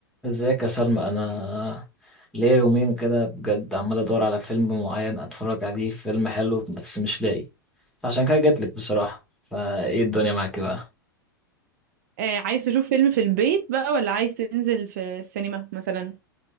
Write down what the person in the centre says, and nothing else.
ازيك يا سلمى انا ليا يومين كده بجد عمال ادور على فيلم معين اتفرج عليه فيلم حلو بس مش لاقي عشان كده جاتلك بصراحة فايه الدنيا معاك بقى